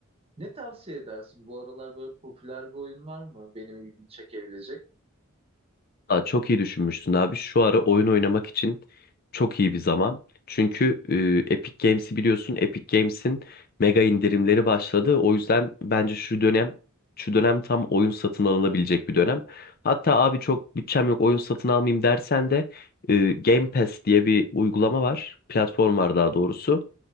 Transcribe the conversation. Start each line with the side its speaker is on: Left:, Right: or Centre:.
Right: Ne tavsiye edersin? Bu aralar böyle popüler bir oyun var mı benim ilgimi çekebilecek?
Left: Aa, çok iyi düşünmüşsün abi. Şu ara oyun oynamak için çok iyi bir zaman. Çünkü e, Epic Games'i biliyorsun. Epic Games'in mega indirimleri başladı. O yüzden bence şu dönem şu dönem tam oyun satın alınabilecek bir dönem. Hatta abi çok bütçem yok oyun satın almayayım dersen de e, Game Pass diye bir uygulama var. Platform var daha doğrusu.